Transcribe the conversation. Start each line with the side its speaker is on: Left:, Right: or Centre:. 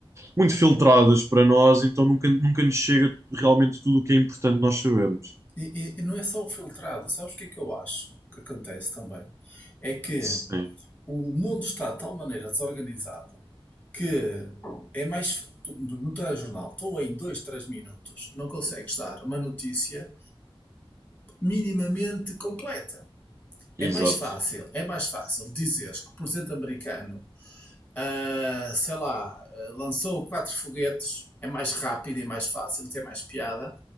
Right: muito filtradas para nós, então nunca, nunca nos chega realmente tudo o que é importante nós sabermos.
Left: e- e não é só o filtrado. Sabes o que é que eu acho que acontece também? É que
Right: Sim,
Left: O mundo está de tal maneira desorganizado que é mais. f- Tu, no telejornal, tu em dois três minutos não consegues dar uma notícia minimamente completa.
Right: exato,
Left: É mais fácil, é mais fácil dizeres que o presidente americano ah, sei lá, ah, lançou quatro foguetes, é mais rápido e mais fácil, tem mais piada,